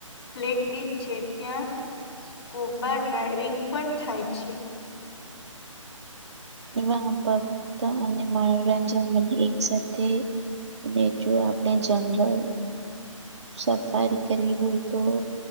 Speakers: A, on the left (about 50°); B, on the right (about 55°).
A: ફ્લેગ બીચ છે ત્યાં સ્કૂબા ડ્રાાઈવિંગ પણ થાય છે.
B: એવા ફક્ત અને મનોરંજન મને એક સાથે. અને જો આપણે જંગલ સફારી કરવી હોય તો